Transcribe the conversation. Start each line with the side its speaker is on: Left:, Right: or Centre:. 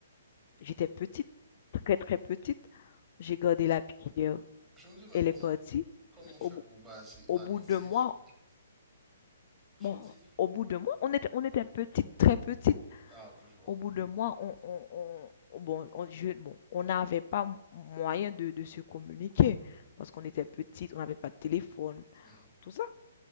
Left: J'étais petite, très très petite. J'ai gardé la pierre.
Centre: Je me demande
Left: Elle
Centre: comment,
Left: est partie.
Centre: comment on fait
Left: Au, bout-
Centre: pour baser
Left: au
Centre: l'amitié
Left: bout de moi,
Centre: sur... Tu
Left: bon,
Centre: dis?
Left: au bout de moi, on était, on était petite, très petite.
Centre: Ah, ok, je vois.
Left: au bout d'un mois, on, on, on- bon, on, je- bon, on n'avait pas m- moyen de, de se communiquer parce qu'on était petite, on n'avait pas de téléphone,
Centre: Mhm,
Left: tout ça.